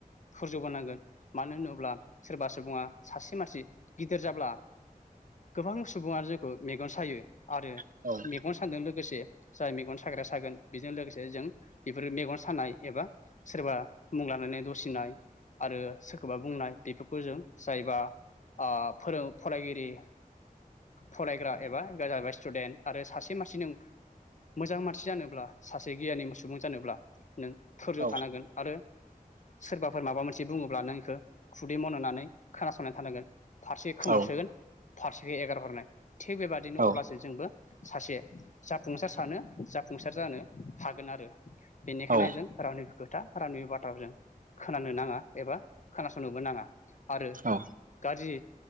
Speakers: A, on the left (about 55°); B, on the right (about 65°).
A: थोरज'बो नांगोन मानो होनोब्ला सोरबा सुबुङा सासे मानसि गिदिर जाब्ला गोबां सुबुङानो जोंखौ मेगन सायो आरो
B: नोंथां
A: मेगन सादों लोगोसे जाय मेगन साग्रााया सागोन बेजों लोगोसे जों बेफोर मेगन सानाय एबा सोरबा मुं लानानै दसिनाय आरो सोरखौबा बुंनाय बेफोरखौ जों जायबा फोरों फरायगिरि फरायग्रा एबा जाहैबाय स्टुडेन्ट आरो सासे मानसिनि मोजां मानसि जानोब्ला सासे गियानि सुबुं जानोब्ला नों धोरज'
B: औ
A: थानांगोन आरो सोरबाफोर माबा मोनसे बुङोब्ला नों बेखौ खुदै मननानै खोनासंनानै थानांगोन फारसे खोमायाव
B: औ
A: सोगोन फारसे एगार हरनाय थिग बेबादिनो
B: औ
A: अब्लासो जोंबो सासे जाफुंसार सानो जाफुंसार जानो हागोन आरो बेनिखायनो
B: औ
A: जों रावनिबो खोथा रावनिबो बाथ्राखौ जों खोनानो नाङा एबा खोनासंनोबो नाङा आरो
B: औ
A: गाज्रि